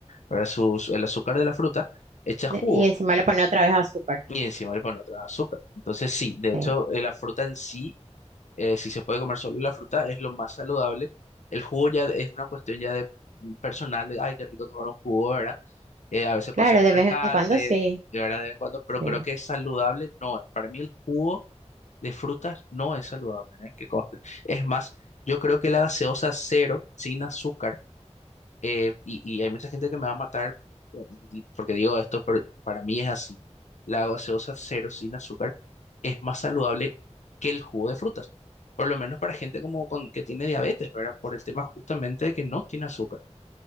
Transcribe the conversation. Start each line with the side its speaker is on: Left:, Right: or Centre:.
Left: ¿verdad? Sus, el azúcar de la fruta echa
Right: de-
Left: jugo
Right: y encima le pone otra vez azúcar.
Left: y encima le pone otra azúcar. Entonces, sí, de hecho,
Right: Eh,
Left: eh, la fruta en sí eh, si se puede comer solo la fruta, es lo más saludable. El jugo ya es una cuestión ya de personal, de, ay, qué rico tomar un jugo, ¿verdad? Eh, a veces
Right: claro,
Left: puede ser refrescante,
Right: de vez en cuando sí.
Left: de verdad, de vez en cuando, pero
Right: eh,
Left: creo que saludable no es. Para mí el jugo de frutas no es saludable, ¿eh? Que conste. Es más, yo creo que la gaseosa cero, sin azúcar, eh, y, y hay mucha gente que me va a matar bueno, di- porque digo esto, pero para mí es así. La gaseosa cero sin azúcar es más saludable que el jugo de frutas, por lo menos para gente como con, que tiene diabetes, ¿verdad? Por el tema justamente de que no tiene azúcar,